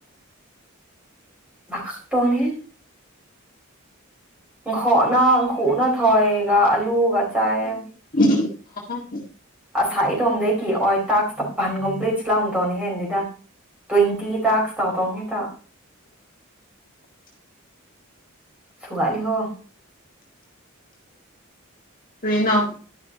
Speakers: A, in the centre; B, on the left.
A: ꯑ ꯇꯅꯤ <inaudible> <inaudible> ꯉꯪꯈꯣꯛꯅ ꯑꯪꯈꯨꯅ ꯊꯋꯥꯏꯒ ꯑꯂꯨꯒ ꯆꯥꯏꯑ
B: ꯑ <inaudible>
A: ꯑꯁꯥ ꯏꯗꯣꯡꯗꯒꯤꯩꯒꯤ ꯑꯣꯏ ꯇꯥꯛꯞ <inaudible> ꯄꯟ ꯀꯝꯄ꯭ꯂꯤꯠꯁ ꯂꯥꯎꯝ ꯇꯧꯅꯦ ꯍꯦꯦꯟꯗꯤꯗ ꯇ꯭ꯋꯦꯟꯇꯤ ꯇꯁ ꯇꯧ ꯇꯧ ꯍꯦꯛꯇ <inaudible>
B: <unintelligible>
A: ꯁꯨꯒꯠꯂꯤ ꯍꯣ <inaudible>
B: ꯀꯔꯤꯅꯣ